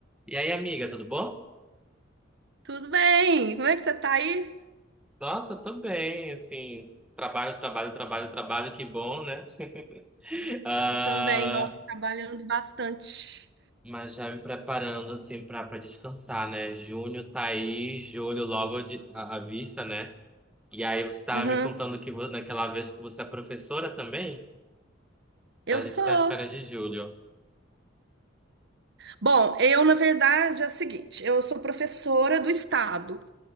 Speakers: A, in the centre; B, on the right.
A: E aí, amiga, tudo bom?
B: Tudo bem? Como é que você tá aí?
A: Nossa, tô bem, assim, trabalho, trabalho, trabalho, trabalho, que bom, né? <laughs> Ah,
B: Eu também, nossa, trabalhando bastante.
A: mas já me preparando, assim, pra, pra descansar, né? Junho tá aí, julho logo de, à, à vista, né? E aí você tava
B: Aham,
A: me contando que vo- naquela vez que você é professora também, então
B: Eu
A: a gente
B: sou.
A: tá às férias de julho.
B: Bom, eu, na verdade, é o seguinte: eu sou professora do Estado.